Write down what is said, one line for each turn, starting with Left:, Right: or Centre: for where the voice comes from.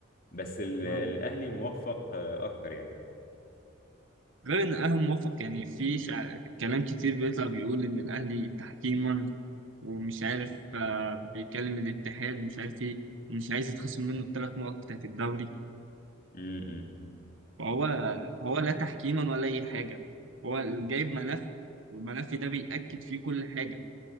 Left: بس ال- الاهلي
Right: اه
Left: موفق آه، اكتر يعني
Right: غير ان الاهلي موفق يعني في شع... كلام كتير بيطلع بيقول ان الاهلي تحكيما ومش عارف آه، بيكلم الاتحاد ومش عارف ايه ومش عايز يتخصم منه الثلاث نقط بتاعت الدوري
Left: امم
Right: فهو هو لا تحكيما ولا اي حاجه هو جايب ملف والملف ده بيأكد فيه كل حاجه